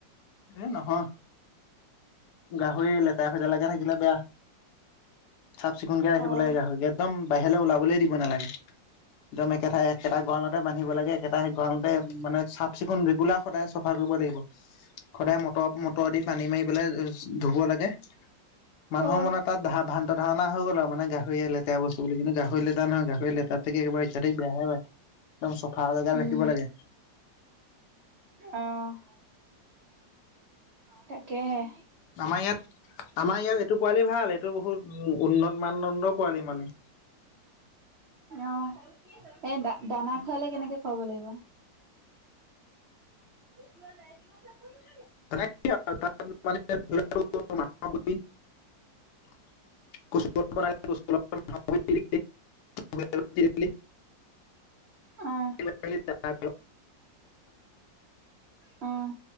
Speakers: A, on the left; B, on the right.
A: এ, নহয়। গাহৰি লে লেতেৰা- ফেতেৰা লেকে থাকিলে বেয়া। চাফ -চিকুণকে ৰাখিব
B: অ',
A: লাগে, গাহৰিক। একদম বাহিৰলে ওলাবলে দি দিব নালাগে। একদম একেঠাই, একেটা গড়ালতে বান্ধিব লাগে। একেটা গড়ালতে মানে চাফ -চিকুণ, ৰেগুলাৰ সদায় চফা কৰিব লাগিব। সদায় মট, মটৰ দি পানী মাৰি পেলাই ধুব লাগে। মানুহৰ
B: অ'।
A: মনত তাত ধা, ভান্ত ধাৰণা হৈ গ'ল আৰু। মানে, গাহৰিয়ে লেতেৰা বস্তু বুলি কেনে, গাহৰি লেতেৰা নহয়, গাহৰি লেতেৰা থাকে, একেবাৰে ই বেয়াহে পায়। একদম চফা জেগাত
B: উম,
A: ৰাখিব লাগে।
B: অ'! তাকেহে।
A: আমাৰ ইয়াত, আমাৰ ইয়াত এইটো পোৱালি ভাল। এইটো বহুত, উন্নত মানদণ্ড পোৱালি মানে।
B: অ'! এ, দা, দানা খোৱালে, কেনেকে খোৱাব লাগিব? এইটো লৈ যা, এইটো লৈ যা! পৰিলে।
A: <unintelligible> <unintelligible> <unintelligible>
B: অ'!
A: <unintelligible>
B: উম!